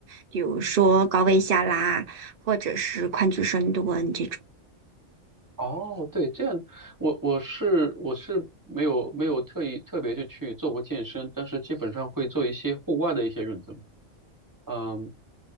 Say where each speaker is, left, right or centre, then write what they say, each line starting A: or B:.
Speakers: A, on the right; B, on the right.
A: 比如说高位下拉，或者是宽距深蹲这种。
B: 哦，对，这样，我我是我是没有没有特意特别的去做过健身，但是基本上会做一些户外的一些运动。嗯，